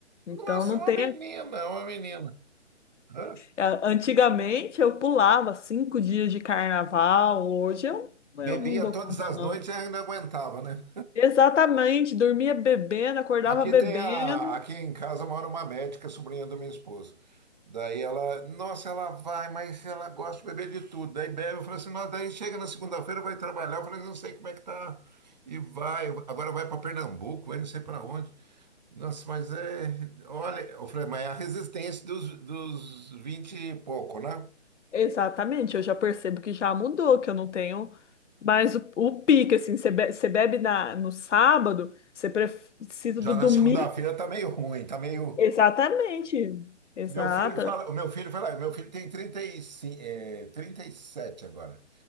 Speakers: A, on the right (about 40°); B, on the left (about 85°).
A: Nossa,
B: Então, não
A: é uma
B: tem.
A: menina, é uma menina. Hã?
B: é, Antigamente eu pulava cinco dias de carnaval. Hoje eu,
A: Bebia
B: eu não dou
A: todas
B: conta,
A: as
B: não.
A: noites e ainda aguentava, né?
B: Exatamente, dormia bebendo, acordava
A: Aqui
B: bebendo.
A: tem a, aqui em casa mora uma médica, sobrinha da minha esposa. Daí ela, nossa, ela vai, mas ela gosta de beber de tudo. Daí bebe, eu falei assim, nossa, daí chega na segunda-feira, vai trabalhar. Eu falei, não sei como é que tá. E vai, agora vai para Pernambuco, vai não sei para onde. Nossa, mas é. Olha, ô Fred, mas é a resistência dos, dos 20 e pouco, né?
B: Exatamente, eu já percebo que já mudou, que eu não tenho mais o, o pique, assim, você be- você bebe na, no sábado, você precisa
A: Já
B: do
A: na
B: domingo.
A: segunda-feira tá meio ruim, tá meio.
B: Exatamente, exato.
A: Meu filho fala, o meu filho fala, meu filho tem 35, é, 37 agora.